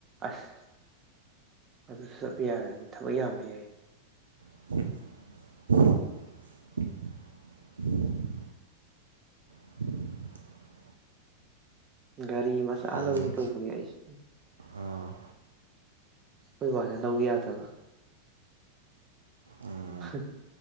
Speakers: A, on the right; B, on the right.
A: ꯑꯁ ꯑꯗꯨꯁꯨ ꯆꯠꯄ ꯌꯥꯔꯣꯏꯅꯦ ꯊꯕꯛ ꯌꯥꯝꯃꯦ ꯍꯦ
B: <unintelligible> <inaudible>
A: ꯒꯥꯔꯤ ꯃꯆꯥ
B: ꯍꯌꯦꯡ
A: ꯂꯧꯒꯦ ꯇꯧꯕꯅꯦ ꯑꯩꯁꯦ
B: ꯑꯣ
A: ꯍꯣꯏ ꯋꯥꯅ ꯂꯧꯕ ꯌꯥꯗꯕ
B: ꯑꯥ
A: ꯍꯥ